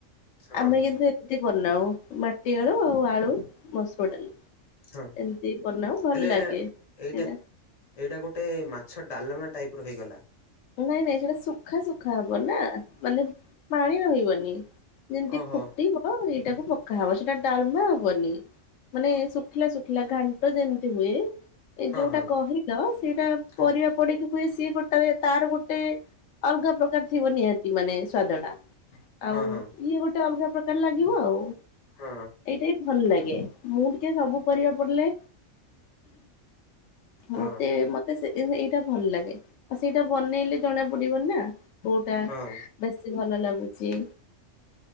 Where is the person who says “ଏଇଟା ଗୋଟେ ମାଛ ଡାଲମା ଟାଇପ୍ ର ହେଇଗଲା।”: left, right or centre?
Left